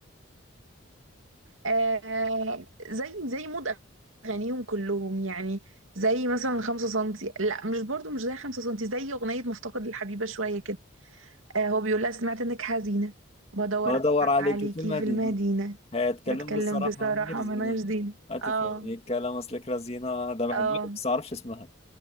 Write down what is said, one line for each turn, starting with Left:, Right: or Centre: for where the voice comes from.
Right: آه زي زي مود اغانيهم كلهم يعني زي مثلا خمسة سنتي لا مش برضو مش زي خمسة سنتي زي اغنية مفتقد للحبيبة شوية كده آه هو بيقول لها سمعت انك حزينة بدور
Left: بدور عليكي
Right: عليكي
Left: في المدينة
Right: في المدينة
Left: هتكلم
Right: بتكلم
Left: بالصراحة
Right: بصراحة
Left: من مرزينة
Right: من غير زينة
Left: هتفهمي
Right: اه
Left: الكلام أصلك رزينة ده بحبها
Right: اه
Left: بس معرفش اسمها